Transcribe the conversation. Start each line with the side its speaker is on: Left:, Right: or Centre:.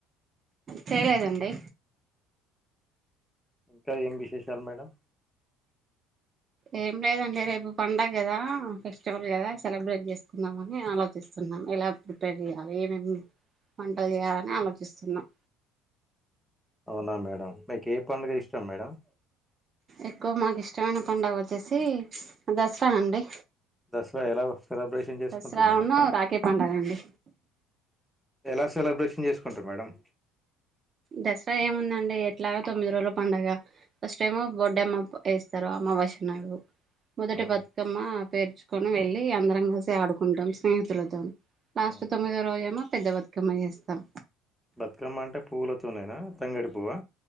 Right: చేయలేదండీ
Centre: ఇంకా ఏం విశేషాలు మేడమ్
Right: ఏం లేదండి రేపు పండగ కదా ఫెస్టివల్ కదా సెలబ్రేట్ చేసుకుందామని ఆలోచిస్తున్నాను ఎలా ప్రిపేర్ చేయ్యాలి ఏమేమ్ వంటలు చేయాలని ఆలోచిస్తున్నాం
Centre: అవునా మేడమ్ మీకు ఏ పండుగ ఇష్టం మేడమ్
Right: ఎక్కువ మాకు ఇష్టమైన పడుగ వచ్చేసి దసరా అండీ
Centre: దసరా ఎలా సెలబ్రేషన్ చేసుకుంటారు
Right: దసరాను
Centre: మేడమ్
Right: రాఖీ పండుగ అండి
Centre: ఎలా సెలబ్రేషన్ చేసుకుంటరు మేడమ్
Right: దసరా ఏముందండీ ఎట్లాగ తొమ్మిది రోజులు పండగ ఫస్ట్ ఏమో బొడ్డమ్మ ఎస్తరు అమ్ మా వషణాలు మొదటి
Centre: ఉమ్,
Right: బతుకమ్మా పేర్చుకొని వెళ్ళీ అందరం కలిసి ఆడుకుంటం స్నేహితులతోని లాస్ట్
Centre: ఉమ్.
Right: తొమ్మిదో రోజేమో పెద్ద బతుకమ్మ చేస్తాం
Centre: బతుకమ్మ అంటే పువ్వులతోనేనా తంగేడు పువ్వా